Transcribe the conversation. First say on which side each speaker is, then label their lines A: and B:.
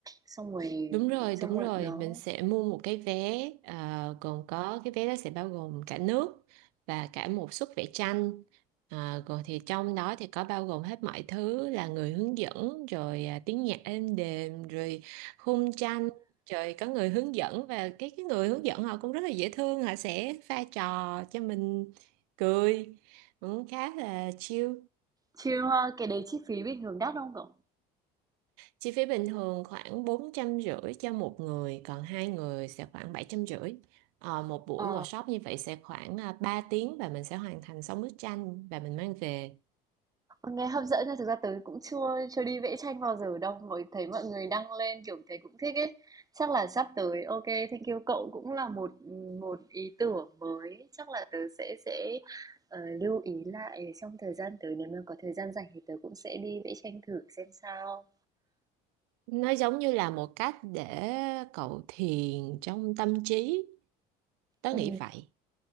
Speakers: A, on the right; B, on the right.
A: Xong rồi,
B: Đúng rồi,
A: xong
B: đúng
A: rồi
B: rồi,
A: đó.
B: mình sẽ mua một cái vé ờ, gồm có cái vé đó sẽ bao gồm cả nước và cả một suất vẽ tranh. Ờ, còn thì trong đó thì có bao gồm hết mọi thứ là người hướng dẫn rồi à, tiếng nhạc êm đềm rồi khung tranh rồi có người hướng dẫn và cái cái người hướng dẫn họ cũng rất là dễ thương họ sẽ pha trò cho mình cười cũng khá là chill
A: Chill ha, cái đấy chi phí bình thường đắt không cậu?
B: Chi phí bình thường khoảng bốn trăm rưỡi cho một người, còn hai người sẽ khoảng 750. Ờ, một buổi
A: Ờ,
B: workshop như vậy sẽ khoảng à, 3 tiếng và mình sẽ hoàn thành 6 bức tranh và mình mang về.
A: nghe hấp dẫn nha, thực ra tớ cũng chưa chưa đi vẽ tranh bao giờ đâu. Mới thấy mọi người đăng lên kiểu thấy cũng thích ấy. Chắc là sắp tới, ok, thank you cậu cũng là một một ý tưởng mới. Chắc là tớ sẽ sẽ ờ, lưu ý lại trong thời gian tới nếu mà có thời gian rảnh thì tớ cũng sẽ đi vẽ tranh thử xem sao.
B: Nó giống như là một cách để cậu thiền trong tâm trí, tớ
A: Ừ.
B: nghĩ vậy.